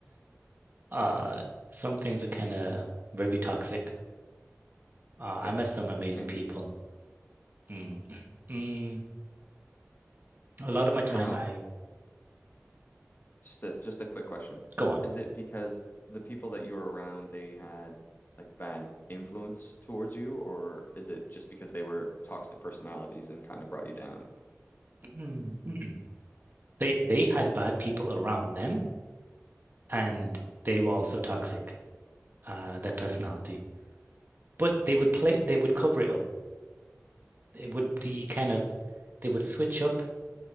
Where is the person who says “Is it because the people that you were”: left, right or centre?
Left